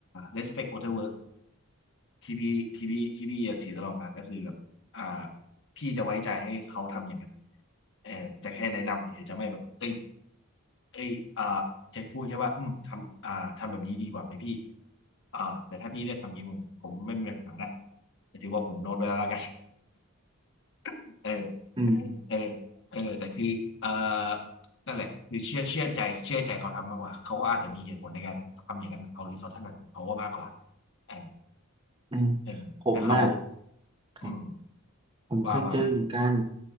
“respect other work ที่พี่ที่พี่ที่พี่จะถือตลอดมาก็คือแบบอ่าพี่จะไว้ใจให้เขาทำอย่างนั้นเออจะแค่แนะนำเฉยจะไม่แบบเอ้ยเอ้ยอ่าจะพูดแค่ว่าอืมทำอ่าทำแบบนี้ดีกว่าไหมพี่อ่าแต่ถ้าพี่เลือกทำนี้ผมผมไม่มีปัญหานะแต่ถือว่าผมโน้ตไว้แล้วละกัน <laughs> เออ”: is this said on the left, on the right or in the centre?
Left